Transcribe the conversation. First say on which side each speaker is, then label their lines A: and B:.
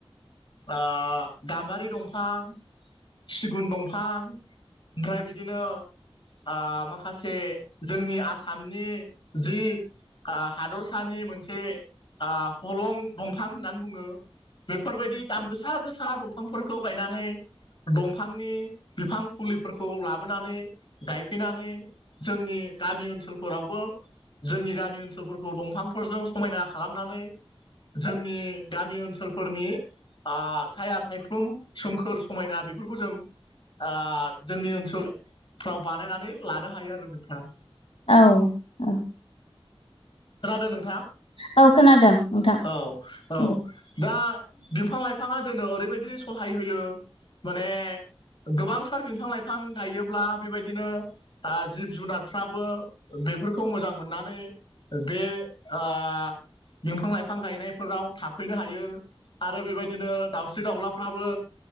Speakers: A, on the left; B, on the left.
A: आ गामबारि दंफां सिगुन दंफां ओमफ्राय बिदिनो आ माखासे जोंनि आसामनि जि हादरसानि मोनसे हलं दंफां होननानै बुङो बेफोरबायदि दाम गोसा गोसा दं फांफोरखौ गायनानै दंफांनि बिफां फुलिफोरखौ लाबोनानै गायफैनानै जोंनि गामि ओनसोलफोरावबो जोंनि गामि ओनसोलफोरखौ दंफांफोरजों समायना खालामनानै जोंनि गामि ओनसोलफोरनि आ साया सायख्लुम सोमखोर समायना बेफोरखौ जों आ जोंनि ओनसोलफ्राव बानायनानै लानो हायो आरो नोंथां
B: औ औ
A: खोनादों नोंथाङा
B: औ खोनादों नोंथां
A: औ-औ
B: दे
A: दा बिफां लाइफाङा जोंनो ओरैबायदि सहाय होयो माने गोबांथार बिफां लाइफां गायोब्ला बेबायदिनो आ जिब जुनारफ्राबो बेफोरखौ मोजां मोननानै बे आ बिफां लाइफां गायनायफोराव थाफैनो हायो आरो बेबायदिनो दाउस्रि दाउला फ्रावबो